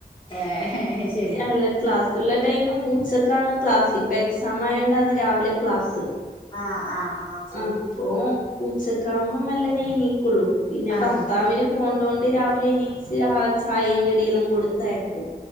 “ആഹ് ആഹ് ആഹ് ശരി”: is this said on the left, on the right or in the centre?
Left